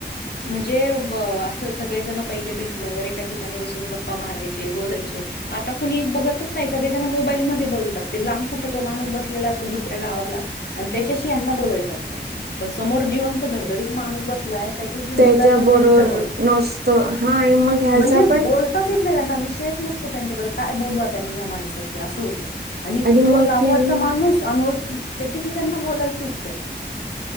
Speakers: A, on the left; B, on the right.
A: म्हणजे असं सगळेजण पहिले भेटल्यावर एका ठिकाणी बसून गप्पा मारायचे बोलायचे. आता कुणी बघतच नाही सगळेजण मोबाईल म बोलतात लांब कुठ तो माणूस बसलेला असतो दुसऱ्या गावाला आणि त्याच्याशीना बोलायचं असतं. पण समोर जीवन तर धडधडीत माणूस बसलाय. त्याच्याशी बोलाया
B: त्याच्या बरोबर
A: नाही जमत
B: नसतं हा आणि मग ह्याचा
A: म्हनंजे बोलताच
B: पण
A: येत. नाही‌, त्यांना विषयच नसतो त्यांच्याकडे, काय बोलू त्यांनी ह्या माणसाशी असं होतंय. आणि तो
B: मग
A: लांबवरचा
B: यांनी
A: माणूस अनोळखी त्यांच्याशी त्यांना बोलायला सुच्-